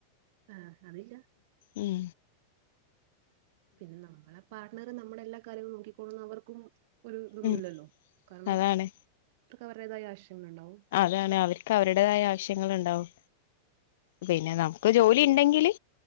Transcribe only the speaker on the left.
ഉം
ഉം
അതാണ്
അതാണ് അവർക്ക് അവരുടേതായ ആവശ്യങ്ങൾ ഉണ്ടാവും പിന്നെ നമുക്ക് ജോലി ഇണ്ടെങ്കില്